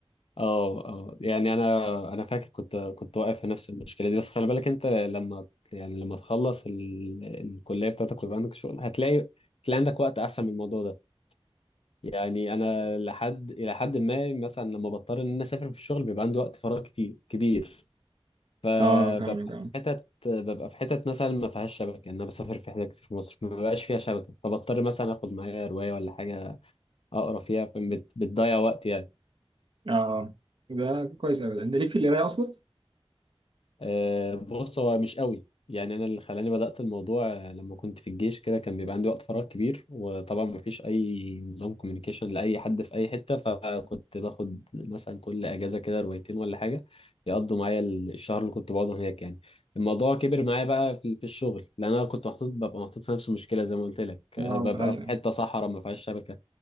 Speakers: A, on the left; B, on the right.
A: اه اه يعني انا انا فاكر كنت كنت واقف في نفس المشكله دي بس خلي بالك انت لما يعني لما تخلص ال... الكليه بتاعتك ويبقى عندك شغل هتلاقي هتلاقي عندك وقت احسن من الموضوع ده يعني انا لحد الى حد ما مثلا لما بضطر ان انا اسافر في الشغل بيبقى عندي وقت فراغ كتير كبير فببقى
B: اه فاهم فاهم
A: في حتت ببقى في حتت مثلا ما فيهاش شبكه ان انا بسافر في حتت كتير في مصر ما بيبقاش فيها شبكه فبضطر مثلا اخد معايا روايه ولا حاجه اقرا فيها فبت- بتضيع وقت يعني
B: اه ده كويس ابدا انت ليك في القرايه اصلا
A: آه، بص هو مش قوي يعني انا اللي خلاني بدأت الموضوع آه، لما كنت في الجيش كده كان بيبقى عندي وقت فراغ كبير وطبعا مفيش اي نظام كوميونيكيشن لاي حد في اي حتة فكنت باخد مثلا كل اجازة كده روايتين ولا حاجة يقضوا معايا ال- الشهر اللي كنت بقعده هناك يعني الموضوع كبر معايا بقى في في الشغل لان انا كنت محطوط ببقى محطوط في نفس المشكله زي ما قلت لك
B: اه
A: آه، ببقى
B: متخيل
A: في حته صحراء ما فيهاش شبكه